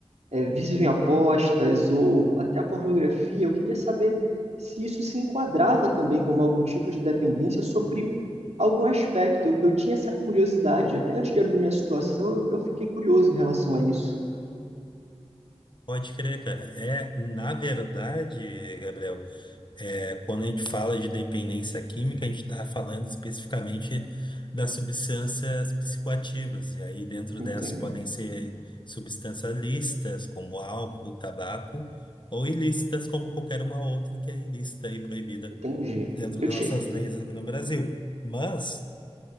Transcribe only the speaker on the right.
é, vícios em apostas ou até a pornografia, eu queria saber se isso se enquadrava também como algum tipo de dependência sobre algum aspecto. Eu, eu tinha essa curiosidade. Até antes de abrir minha situação, eu, eu fiquei curioso em relação a isso.
Entendo.
Entendi.
Eu
tinha.